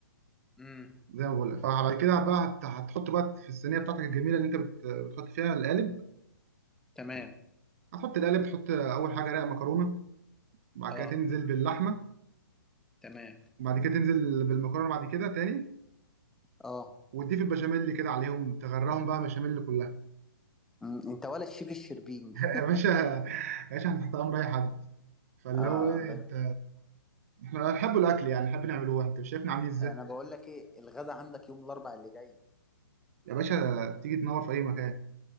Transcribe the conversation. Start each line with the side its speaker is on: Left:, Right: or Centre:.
Centre: امم
Right: زي ما بقول لك فبعد كده بقى هت- هتحط بقى في الصينيه بتاعتك الجميله اللي انت بت- بتحط فيها القالب
Centre: تمام
Right: هتحط القالب تحط اول حاجه رق مكرونه بعد
Centre: اه
Right: كده تنزل باللحمه
Centre: تمام
Right: بعد كده تنزل بالمكرونه بعد كده تاني
Centre: اه
Right: وتضيف البشاميل كده عليهم تغرقهم بقى بشاميل كلها
Centre: مم، انت ولا الشيف الشربيني
Right: <laughs>
Centre: <laughs>
Right: يا باشا يا باشا هنحط امر اي حد فاللي
Centre: اه
Right: هو ايه
Centre: الله
Right: انت احنا بنحب الاكل يعني بنحب نعمله انت مش شايفنا عاملين ازاي
Centre: انا بقول لك ايه الغدا عندك يوم الاربع اللي جاي
Right: يا باشا تيجي تنور في اي مكان